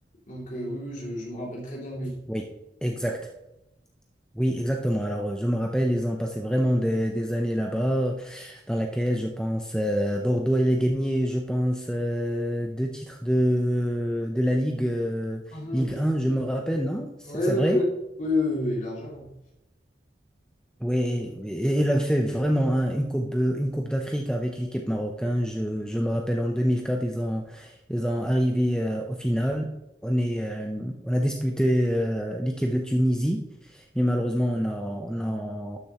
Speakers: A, on the left (about 45°); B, in the centre.
A: Donc, euh, oui, oui, je, je me rappelle très bien de lui.
B: Oui, exact. Oui, exactement. Alors, euh, je me rappelle, ils ont passé vraiment des, des années là-bas, dans laquelle, je pense, euh, Bordeaux, il a gagné, je pense, euh, deux titres de, de la Ligue, euh,
A: Mhm.
B: Ligue 1, je me rappelle, non? C'est
A: ouais
B: c'est
A: ouais
B: vrai?
A: ouais. oui, oui, oui, oui, largement.
B: Oui, et- et il a fait vraiment un- une coupe, euh, une coupe d'Afrique avec l'équipe marocaine. Je, je me rappelle en 2004, ils ont, ils ont arrivé euh, au final. On est, euh, on a disputé euh, l'équipe de Tunisie et malheureusement, on a, on a,